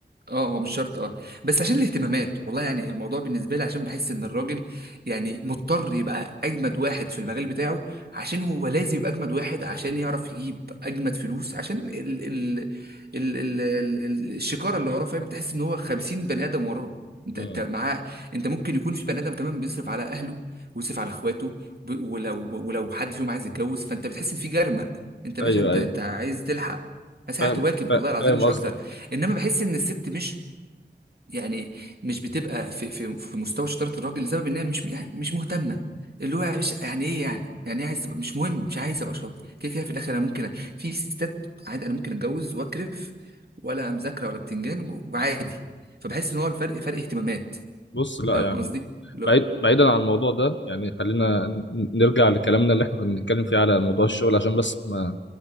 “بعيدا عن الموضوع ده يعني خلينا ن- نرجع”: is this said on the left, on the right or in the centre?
Left